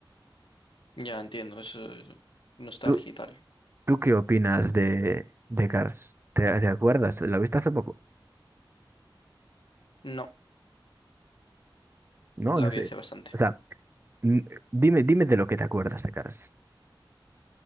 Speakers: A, on the left; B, on the right.
A: Ya entiendo, eso es nostalgia
B: ¿Tú,
A: y tal.
B: ¿Tú qué opinas de, de Cars? ¿Te, te acuerdas? ¿La viste hace poco?
A: No,
B: No,
A: la
B: no
A: vi
B: sé.
A: hace bastante.
B: O sea, n- dime, dime de lo que te acuerdas de Cars.